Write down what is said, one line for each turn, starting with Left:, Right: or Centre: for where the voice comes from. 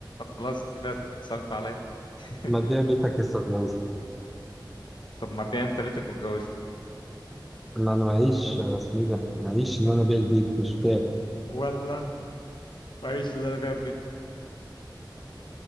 Left: خلاص كفايه صعبت عليا <laughs>
Centre: ما تبيع بيتك لسه اتجوز
Left: طب ما بيع انت بيتك واتجوزني
Centre: لا انا معيش اسمي ده معيش ان انا ابيع البيت مش بتاعي
Left: ولا وعيش اللي انا بيع بيتي